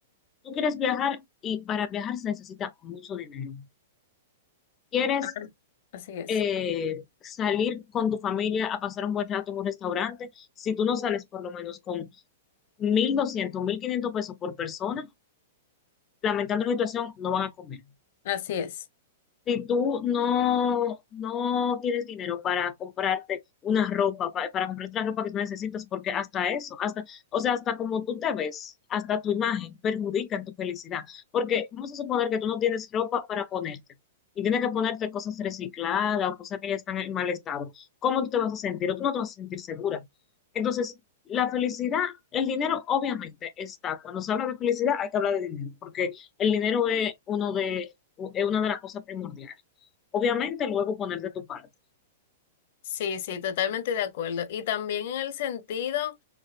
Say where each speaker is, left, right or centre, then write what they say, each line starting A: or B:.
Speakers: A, on the left; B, on the left.
A: tú quieres viajar y para viajar se necesita mucho dinero. Quieres
B: Ah, Así es,
A: eh, salir con tu familia a pasar un buen rato en un restaurante, si tú no sales por lo menos con mil doscientos, mil quinientos pesos por persona, lamentando la situación, no van a comer.
B: así es.
A: Si tú no, no tienes dinero para comprarte una ropa, pa- para, comprarte la ropa que tú necesitas, porque hasta eso, hasta, o sea, hasta como tú te ves, hasta tu imagen perjudica en tu felicidad. Porque vamos a suponer que tú no tienes ropa para ponerte y tienes que ponerte cosas recicladas o cosas que ya están en mal estado. ¿Cómo tú te vas a sentir? O tú no te vas a sentir segura. Entonces, la felicidad, el dinero obviamente está. Cuando se habla de felicidad, hay que hablar de dinero, porque el dinero es uno de es una de las cosas primordiales. Obviamente, luego poner de tu parte.
B: Sí, sí, totalmente de acuerdo. Y también en el sentido